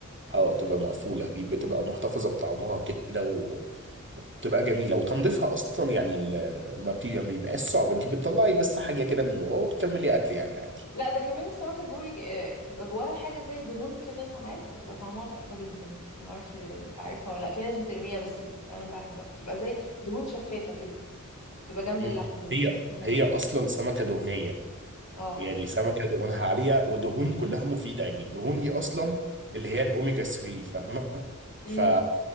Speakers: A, on the right; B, on the left.
A: اه تبقى مقفولة بي- بتبقى
B: مم.
A: محتفظة بطعمها كده وتبقى جميلة وتنظيفها أصلا يعني ال- ما بت- ما بيبقاش صعب أنت بتطلعي بس حاجة كده من جوه وبتكملي أكل يعني عادي
B: لا ده كمان السمك البوري آه، بيبقى جواها حاجه زي دهون كده ساعات بتبقى طعمها تحفه جدا ما اعرفش انت عارفها ولا لا في ناس بترميها بس انا بحب بتبقى زي دهون شفافه كده بتبقى جنب
A: مم.
B: اللحمه لما
A: هي
B: بتبقى سمكه
A: هي
B: كبيره
A: أصلا سمكة دهنية
B: اه
A: يعني سمكة دهونها عالية ودهون كلها مفيدة يعني الدهون دي أصلا اللي هي الأوميجا 3 فاهمة
B: امم
A: ف